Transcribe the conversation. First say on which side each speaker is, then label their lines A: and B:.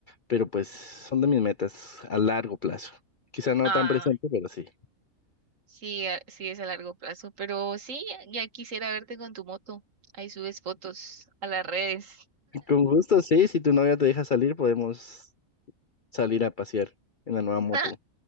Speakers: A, on the left (about 40°); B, on the right (about 65°).
A: pero pues son de mis metas a largo plazo. Quizá no
B: Ah,
A: tan presente, pero sí.
B: sí, a- sí es a largo plazo, pero sí, ya quisiera verte con tu moto. Ahí subes fotos a las redes.
A: Con gusto, sí, si tu novia te deja salir, podemos salir a pasear en la nueva
B: <laughs>
A: moto.